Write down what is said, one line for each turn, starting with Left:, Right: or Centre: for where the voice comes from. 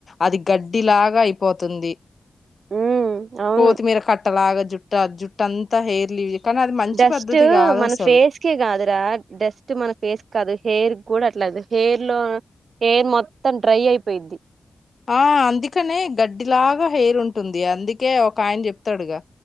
Left: అది గడ్డి లాగా అయిపోతుంది
Right: ఉమ్ అవును
Left: కోతి మీర కట్ట లాగా జుట్టా ఆ జుట్ అంత హేర్ లీవ్ కానీ అది మంచి
Right: డస్ట్
Left: పద్దతి కాదు
Right: మన
Left: అస
Right: ఫేస్ కి కాదు రా డస్ట్ మన ఫేస్కి కాదు హెయిర్ కూడా అట్లాదు హెయిర్ లో హెయిర్ మొత్తం డ్రై అయిపోయిద్ది
Left: ఆ అందికనే గడ్ డిలాగా హెయిర్ ఉంటుంది అందుకే ఒక ఆయన చెప్ తాడుగా